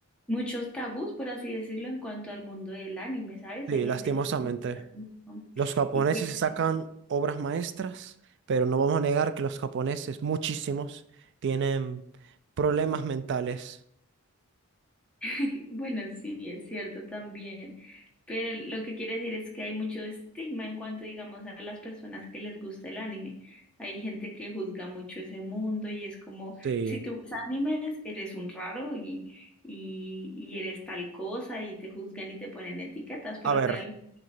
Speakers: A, in the centre; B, on the right.
A: muchos tabús, por así decirlo, en cuanto al mundo del anime, ¿sabes?
B: Sí,
A: Hay gente
B: lastimosamente.
A: que le gusta mucho
B: Los japoneses
A: y que cree
B: sacan obras maestras, pero no vamos a negar que los japoneses, muchísimos, tienen problemas mentales.
A: sí, Bueno, sí, es cierto también, pero lo que quiere decir es que hay mucho estigma en cuanto, digamos, a las personas que les gusta el anime. Hay gente que juzga mucho ese mundo y es como,
B: Sí.
A: si tú ves animes, eres un raro y, y, y eres tal cosa y te juzgan y te ponen etiquetas, pero
B: A ver,
A: realmente